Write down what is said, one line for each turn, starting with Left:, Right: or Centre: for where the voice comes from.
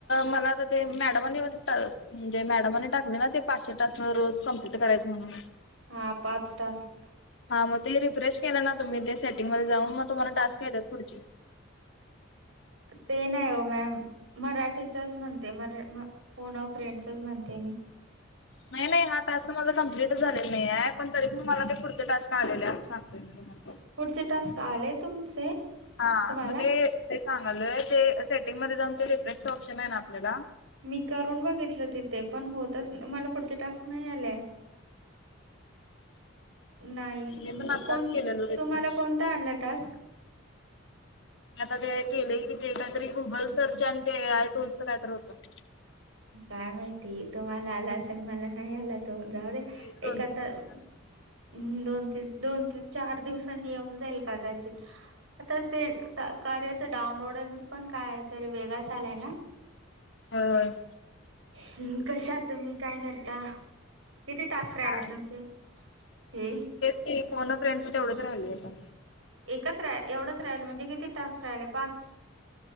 Left: मला आ ते मॅडमनी म्हटतात म्हणजे मॅडमने टाकले ना ते पाचशेासं रोज कं्प्लीट करायचं म्हण
Right: हा पाच टास्क
Left: हा मग ते रिफ्रेश केलं ना तुम्ही ते सेटिंग मध्ये जाऊन मग तुम्हाला टास्क येतात पुढचे
Right: ते नाही हो मॅम मराठीचाच म्हणते मरा फोन फ्रेंडसच म्हणते मी
Left: नाही नाही हा टास्क माझा कंप्लीट झालेला नाही आहे पण तरी प मला ते पुढचे टास्क झालेल्या सांगते मी तुम्हाला
Right: पुढचे टास्क आले तुमचे
Left: हा
Right: तुम्हाला.
Left: मग ते ते सांगालय ते सेटिंग मध्ये जाऊन ते रिफ्रेसच ऑप्शन आहे ना आपल्याला.
Right: मी करून बघितलं तिथे पण होतच मला पुढचे टास्क नाही आलेय. <inaudible> नाही
Left: मी पण आत्ताच
Right: कोण
Left: केलेलो रिफ्रेश.
Right: तुम्हाला कोणता आला टास्क?
Left: मी आता ते केले कि ते काहीतरी गुगल सर्च आणि ते आय टूल्सच कायतरी होतं.
Right: काय माहिती तो मला आला असेल मला नाही आला तो जाऊ दे.
Left: येईल दोन
Right: एक आता.
Left: तीन दिवसानंतर
Right: हम् दोन ते दोन ते चार दिवसांनी येऊन जाईल कदाचित. आता ते कार्याचं डाउनलोडिंग पण काय तरी वेगळाच आलाय ना.
Left: होय होय.
Right: हम् कशा आहात तुम्ही काय करता. किती टास्क राहिले
Left: काय
Right: तुमचे हे.
Left: ते फोन अ फ्रेंडच तेवढंच राहिलेता.
Right: एकच राहि एवढंच राहिलं म्हणजे किती टास्क राहिले पाच.